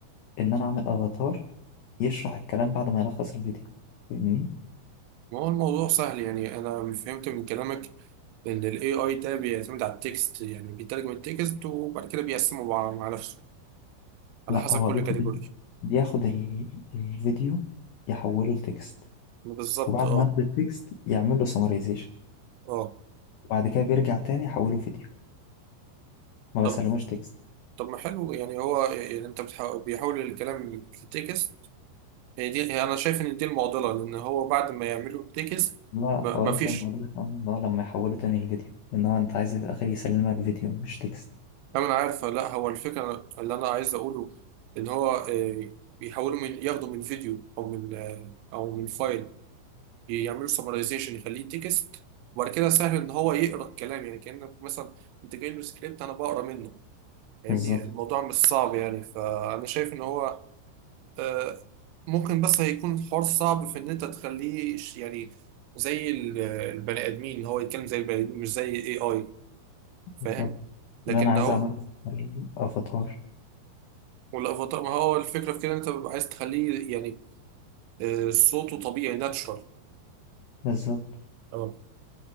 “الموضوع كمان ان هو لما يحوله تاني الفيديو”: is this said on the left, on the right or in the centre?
Left